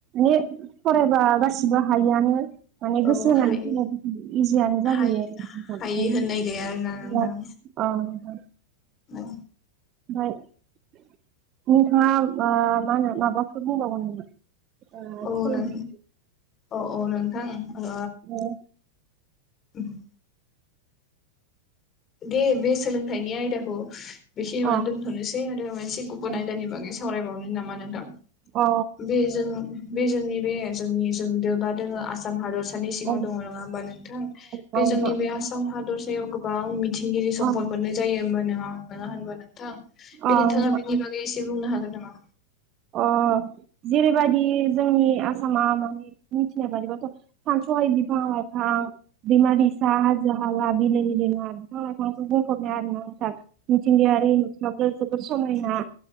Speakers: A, on the right (about 35°); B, on the left (about 30°).
A: नेट फरायबा गा- सिब हायानो माने
B: औ
A: गोसो होनाय
B: हायो
A: इजियानो जाहोयो
B: हायो
A: उम उ
B: हायि
A: अ
B: होननाय गैया आरोना नोंथां
A: नोंथां
B: औ
A: ओमफ्राय नोंथाङा मा-मा होनो माबाफोर बुंबावगोन नामा? ओ
B: औ
A: सोलोंथाइ
B: नों औ औ नोंथां अ द
A: ओ,
B: <inaudible> दे बे सोलोंथाइनि आयदाखौ बेखिनियावनो
A: अ
B: दोनथ'नोसै आरो मोनसे गुबुन
A: अ
B: आयदानि बागै सावरायबावनो नामा नोंथां?
A: औ
B: बे जों बे जोंनि बे जोंनि जों देवता दोङो आसाम हादर- सानि सिङाव
A: औ
B: दङ नङा होमबा नोंथां बे
A: नोंथां
B: जोंनि बे आसाम हादरसायाव गोबां मिथिंगिरि सम्पद
A: अ
B: मोननाय जायो होनबा नङा-नङा होनबा नोंथां बे
A: अ अ,
B: नोंथाङा बेनि बागै एसे बुंनो हा- गोन नामा?
A: अ जेरैबाददि जोंनि आसामा माने मिथिनाय बादिबाथ' सानसे सय बिफां लाइफां बिमा बिसा हाजो हाला बिल बिलमा बिफां लाइफां ना आ मिथिंगायारि मिथिङ जोबोर समायना